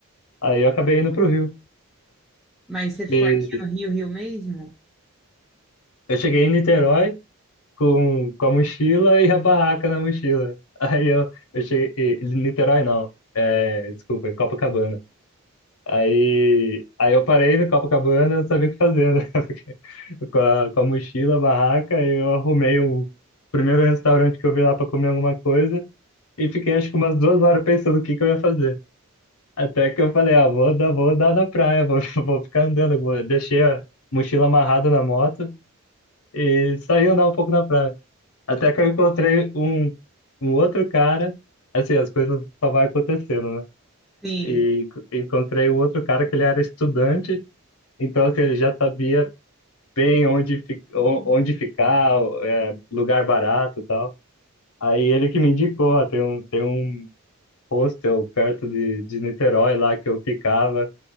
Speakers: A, on the left; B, in the centre.
A: Aí eu acabei indo pro Rio.
B: Mas você ficou
A: E
B: aqui no Rio, Rio mesmo?
A: eu cheguei em Niterói com, com a mochila e a barraca na mochila. Aí eu, eu cheguei, e- Niterói não, é, desculpa, em Copacabana. Aí, aí eu parei no Copacabana, eu não sabia o que fazer, né? <laughs> Porque Com a, com a mochila, a barraca, aí eu arrumei o primeiro restaurante que eu vi lá para comer alguma coisa e fiquei acho que umas duas horas pensando o que que eu ia fazer. Até que eu falei, ah, vou dar, vou dar na praia, vou, <laughs> vou ficar andando. Vou, deixei a mochila amarrada na moto e saí andar um pouco na praia. Até que eu encontrei um, um outro cara, assim, as coisas só vai acontecendo, né?
B: Sim.
A: E encontrei o outro cara que ele era estudante então, que ele já sabia bem onde, fi- o- onde ficar, é, lugar barato e tal. Aí ele que me indicou, ó, tem um, tem um hostel perto de, de Niterói lá que eu ficava,